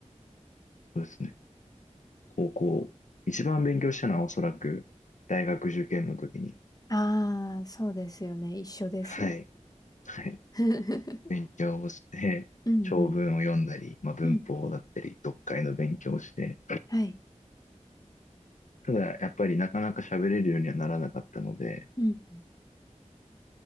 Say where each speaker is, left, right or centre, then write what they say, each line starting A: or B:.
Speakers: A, on the left; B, on the left.
A: そうですね、高校、一番勉強したのはおそらく大学受験の時に、
B: ああ、そうですよね。一緒です。
A: はい、はい、
B: <laughs>
A: 勉強をして、
B: うんうん
A: 長文を読んだり、まあ、文法だったり、
B: うん
A: 読解の勉強をして、
B: はい。
A: ただやっぱりなかなか喋れるようにはならなかったので、
B: うんうん